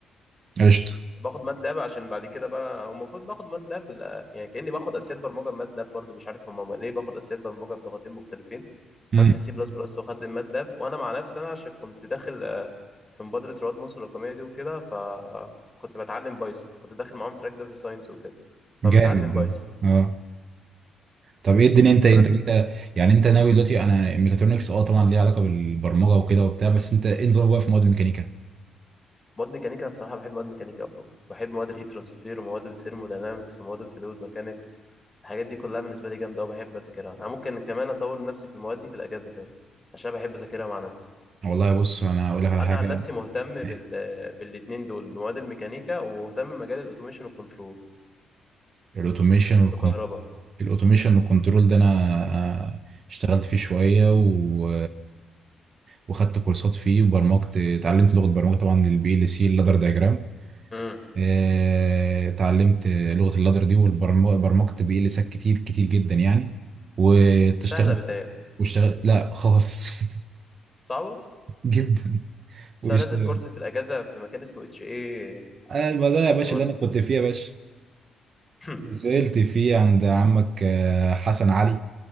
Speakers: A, on the right; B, on the left.
A: قشطه
B: باخد ماتلاب عشان بعد كده بقى او المفروض باخد ماتلاب يعني كاني باخد اساسيات برمجه بماتلاب برضو مش عارف هم ليه باخد اساسيات برمجه بلغتين مختلفين خدت
A: امم
B: سي بلس بلس وخدت الماتلاب وانا مع نفسي انا عشان كنت داخل آه، في مبادره رواد مصر الرقميه دي وكده فكنت بتعلم بايثون كنت داخل معاهم تراك داتا ساينس وكده فمتعلم
A: جامد ده
B: بايثون
A: اه طب ايه الدنيا انت
B: بس
A: انت انت يعني انت ناوي دلوقتي انا ميكاترونكس اه طبعا ليها علاقه بالبرمجه وكده وبتاع بس انت ايه نظامك بقى في مواد الميكانيكا
B: مواد ميكانيكا الصراحة بحب مواد ميكانيكا أوي بحب مواد الهيت ترانسفير ومواد الثيرموداينامكس ومواد الفلويد ميكانكس الحاجات دي كلها بالنسبة لي جامدة وبحب أذاكرها أنا ممكن كمان أطور نفسي في المواد دي في الأجازة كمان عشان بحب أذاكرها مع نفسي
A: والله بص انا هقول لك على
B: أنا
A: حاجه
B: عن نفسي مهتم بال...
A: آه،
B: بالاتنين دول مواد الميكانيكا ومهتم بمجال الأوتوميشن والكنترول
A: الاوتوميشن
B: الكهرباء
A: الاوتوميشن والكنترول ده انا اشتغلت فيه شويه و وخدت كورسات فيه وبرمجت اتعلمت لغه برمجه طبعا للبي ال سي اللادر دايجرام
B: امم
A: آه، اتعلمت لغه اللادر دي وبرمجت بي ال سات كتير كتير جدا يعني واشتغلت
B: سهلة بتهيألي
A: واشتغلت لا خالص <laughs>
B: صعبة
A: جدا
B: بس
A: واشتغلت
B: أنا نازل كورس في الأجازة في مكان اسمه اتش ايه
A: انا المزرعه يا باشا
B: ورد.
A: اللي انا كنت فيها يا باشا
B: <clears throat>
A: نزلت فيه عند عمك آه، حسن علي